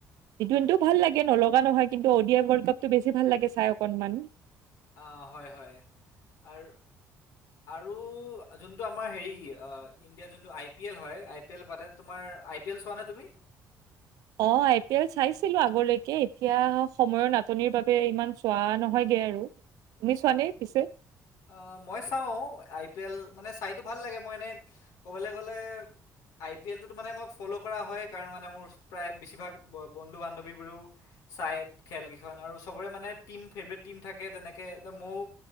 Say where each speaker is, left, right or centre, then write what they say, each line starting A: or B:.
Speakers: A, on the right (about 85°); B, on the left (about 70°).
A: <unintelligible> ভাল লাগে নলগা নহয় কিন্তু অডিয় ৱৰ্ল্ড কাপটো বেছি ভাল লাগে চাই অকণমান।
B: অঁ হয় হয়, আৰু আৰু যোনটো আমাৰ হেৰি ইণ্ডিয়াত যোনটো আই পি এল হয় আই পি এল পাতে। তোমাৰ আই পি এল চোৱা নে তুমি?
A: অ' আই পি এল চাইছিলো আগলৈকে এতিয়া সময়ৰ নাটনিৰ বাবে ইমান চোৱা নহয়গে আৰু। তুমি চোৱা নে পিছে?
B: অঁ মই চাও, আই পি এল মানে চাইতো ভাল লাগে মই এনে ক'বলে গ'লে আই পি এল টোত মানে মই ফ'ল' কৰা হয়। কাৰণ মানে মোৰ প্ৰায় বেছিভাগ বন্ধু-বান্ধৱীবোৰেও চাই খেলকেইখন, আৰু চবৰে মানে টীম ফেভৰেট টীম থাকে তেনেকে এ ময়ো